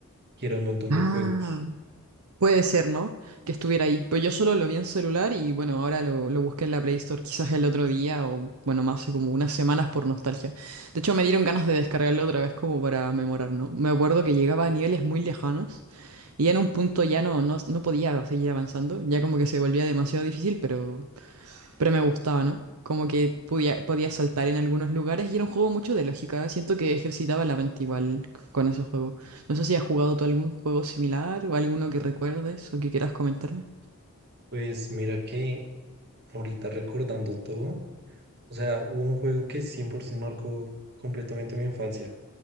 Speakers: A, on the right (about 50°); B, on the right (about 85°).
A: y era un montón
B: Ah,
A: de juegos.
B: puede ser, ¿no? Que estuviera ahí. Pues yo solo lo vi en celular y bueno, ahora lo, lo busqué en la Play Store quizás el otro día o bueno, más hace como unas semanas por nostalgia. De hecho, me dieron ganas de descargarlo otra vez como para memorar, ¿no? Me acuerdo que llegaba a niveles muy lejanos y ya en un punto ya no, no, no podía seguir avanzando, ya como que se volvía demasiado difícil, pero... Pero me gustaba, ¿no? Como que podía, podía saltar en algunos lugares y era un juego mucho de lógica. Siento que ejercitaba la mente igual con ese juego. No sé si has jugado tú algún juego similar o alguno que recuerdes o que quieras comentarme.
A: Pues mira que ahorita recordando todo, o sea, hubo un juego que 100% marcó completamente mi infancia.